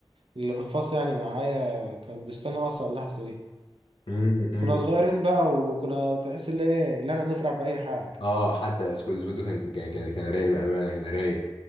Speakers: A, on the right; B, on the left.
A: اللي في الفصل يعني معايا كانوا بيستنوا اصلا اللحظه دي
B: مم، مم.
A: كنا صغيرين بقى وكنا تحس ان ايه اللي احنا بنفرح باي حاجه
B: اه حتى سكول سكول كان كان كان كان رايق بامانه كان رايق